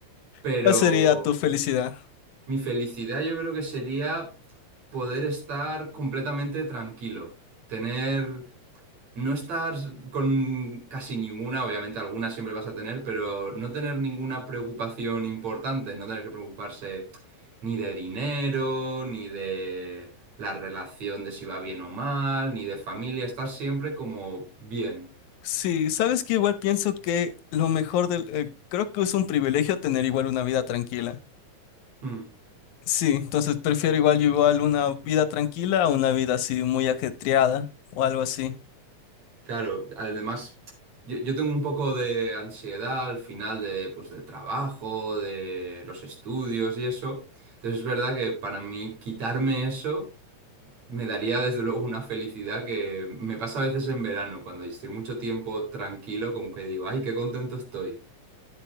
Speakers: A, on the left (about 85°); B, on the right (about 65°).
A: <laughs>
B: Pero
A: ¿Cuál sería tu felicidad?
B: mi felicidad yo creo que sería poder estar completamente tranquilo, tener No estar con casi ninguna, obviamente alguna siempre vas a tener, pero no tener ninguna preocupación importante, no tener que preocuparse ni de dinero, ni de la relación de si va bien o mal, ni de familia, estar siempre como bien.
A: Sí, sabes que igual pienso que lo mejor del... eh, creo que es un privilegio tener igual una vida tranquila.
B: Mm,
A: Sí, entonces prefiero igual yo igual una vida tranquila a una vida así muy ajetreada o algo así.
B: claro, además yo, yo tengo un poco de ansiedad al final de, pues, del trabajo, de los estudios y eso, entonces es verdad que para mí quitarme eso Me daría desde luego una felicidad que me pasa a veces en verano, cuando estoy mucho tiempo tranquilo, como que digo, ay, qué contento estoy.